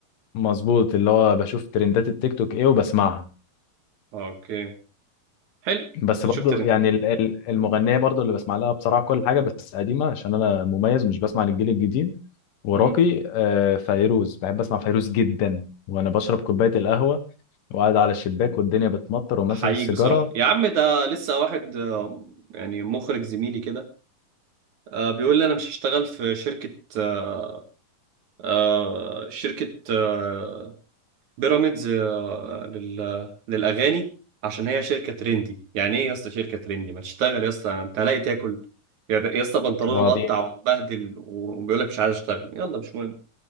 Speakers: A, on the left; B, on the right.
A: مظبوط اللي هو بشوف ترندات التيك توك ايه وبسمعها
B: اوكي حلو
A: بس
B: بتشوف
A: برضو
B: ترند
A: يعني ال- ال- المغنيه برضو اللي بسمع لها بصراحه كل حاجه بس قديمه عشان انا مميز مش بسمع للجيل الجديد وراقي
B: امم
A: آه، فيروز بحب اسمع فيروز جدا وانا بشرب كوبايه القهوه وقاعد على الشباك والدنيا بتمطر وماسك
B: احييك
A: السيجاره
B: بصراحه يا عم ده لسه واحد آه، يعني مخرج زميلي كده آه، بيقول لي انا مش هشتغل في شركه آه، آه، شركه آه، بيراميدز آه، لل- للاغاني عشان هي شركه ترندي يعني ايه يا اسطى شركه ترندي ما تشتغل يا اسطى انت لاقي تاكل يا يا اسطى بنطلونه
A: آه.
B: مقطع ومبهدل وبيقول لك مش عايز اشتغل يلا مش مهم